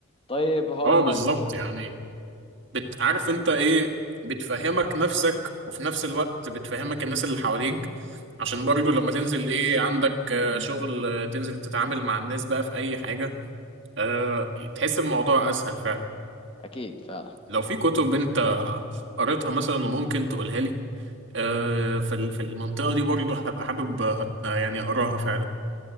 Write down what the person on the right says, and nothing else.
اه بالظبط
يعني بت... عارف انت ايه بتفهمك نفسك وفي نفس الوقت بتفهمك الناس اللي حواليك عشان برضو لما تنزل ايه عندك آه، شغل آه، تنزل تتعامل مع الناس بقى في اي حاجة أه... تحس الموضوع اسهل فعلا
لو في كتب انت قريتها مثلا وممكن تقولها لي أه... في ال- في المنطقة دي برضو هبقى حابب أ- يعني اقراها فعلا